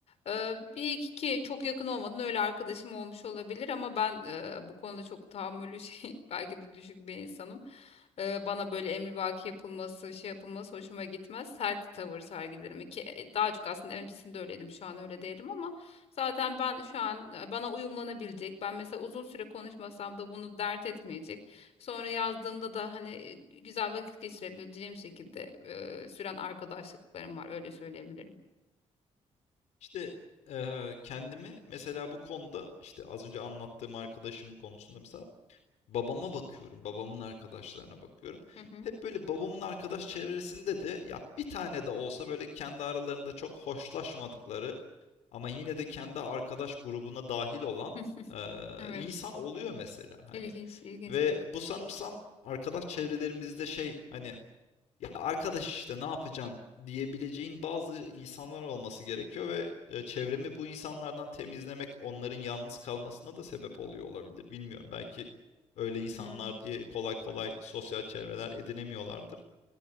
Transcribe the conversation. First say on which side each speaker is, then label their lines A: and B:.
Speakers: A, on the left; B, on the left.
A: e, bir iki ki çok yakın olmadan öyle arkadaşım olmuş olabilir ama ben e, bu konuda çok tahammülü şey <laughs> belki de düşük bir insanım. E, bana böyle emrivaki yapılması şey yapılması hoşuma gitmez. Sert tavır sergilerim ki e, daha çok aslında öncesinde öyleydim şu an öyle değilim ama Zaten ben şu an e, bana uyumlanabilecek. Ben mesela uzun süre konuşmasam da bunu dert etmeyecek. Sonra yazdığımda da hani e, güzel vakit geçirebileceğim şekilde e, süren arkadaşlıklarım var. Öyle söyleyebilirim.
B: İşte eee, kendimi mesela bu konuda işte az önce anlattığım arkadaşım konusunda mesela babama bakıyorum, babamın arkadaşlarına bakıyorum.
A: Hı hı.
B: Hep böyle babamın arkadaş çevresinde de ya bir tane de olsa böyle kendi aralarında çok hoşlaşmadıkları Ama yine de kendi arkadaş grubuna dahil olan
A: <laughs>
B: eee,
A: Evet.
B: insan oluyor mesela hani.
A: İlginç, ilginç
B: Ve
A: bir yapı.
B: bu sanırsam arkadaş çevrelerimizde şey hani ya arkadaş işte ne yapacaksın diyebileceğin bazı insanlar olması gerekiyor ve e, çevremi bu insanlardan temizlemek onların yalnız kalmasına da sebep oluyor olabilir. Bilmiyorum belki öyle insanlar
A: Hmm.
B: diye kolay kolay sosyal çevreler edinemiyorlardır.